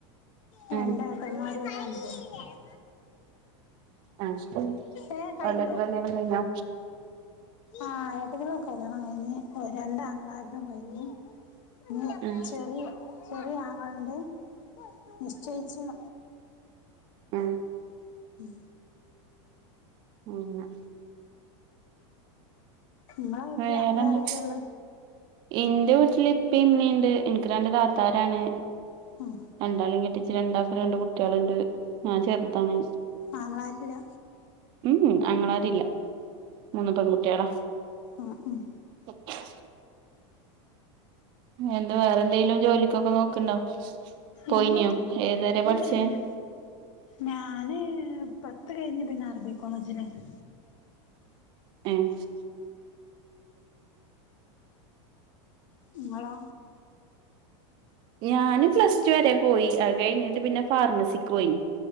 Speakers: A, on the left; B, on the right.
A: രണ്ട്
B: ഉം
A: ഏട്ടന്മാരും ഒര് അജനും
B: ആയിശേരി
A: ഏ കയ്യിലോ
B: ഓൾടേക്കെ കല്യാണം കഴിഞ്ഞോ
A: ആഹ് ഏട്ടത്തിന്റെ കല്ലിയാണം കയ്ഞ്ഞ്, രണ്ടാങ്ങളാര്തും കയ്ഞ്ഞ് <unintelligible>
B: ഉം
A: ചെറിയ ചെറിയ ആങ്ങളണ്ട്? നിശ്ചയിച്ച്ണോ?
B: മ്
A: മ്
B: <unintelligible>
A: നിങ്ങളെ വീട്ടില്
B: വേറെന്താ?
A: അവിടെ ആരൊക്കെയുള്ളെ
B: ഇന്റെ വീട്ടില് ഇപ്പിം, ഇമ്മിണ്ട്. ഇൻക്ക് രണ്ട് താത്താരാണ്.
A: ഉം
B: രണ്ടാളിം കെട്ടിച്ച്, രണ്ടാക്കും രണ്ട് കുട്ട്യാള്ണ്ട്. ഞാൻ ചെർതാണ്
A: ആങ്ങളാരില്ല?
B: ഉം ഉം. ആങ്ങളാരില്ല, മൂന്ന് പെൺകുട്ട്യാളാ.
A: ആഹ്, ഉം
B: <unintelligible> എന്താ വേറെന്തേലും ജോലിക്കൊക്കെ നോക്ക്ണ്ടോ? പോയീന്യൊ,
A: ഇല്ല
B: ഏതുവരെ പഠിച്ചേ?
A: ഇല്ല ഇല്ല ഞാന്... പത്ത് കഴിഞ്ഞ് പിന്നെ അറബി കോളേജിലേനു.
B: ഏഹ്
A: ങ്ങളോ
B: ഞാന് പ്ലസ് ടു വരെ പോയി അ കഴിഞ്ഞിട്ട് പിന്നെ ഫാർമസിക്ക് പോയി